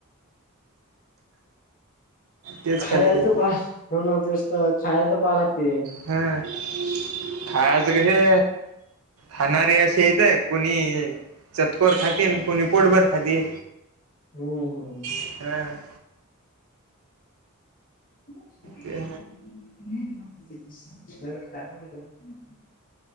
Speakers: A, on the right (about 75°); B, on the left (about 40°).
A: तेच
B: खायचं
A: खर्च येईल
B: पाहा ठे नतेत खायच पहा लागते
A: हम खाच कसे खाणारे असे येतय कोणी चतकोर खाती आणि कोणी पोटभर खाती
B: होम् हो
A: हम्
B: <inaudible>
A: ते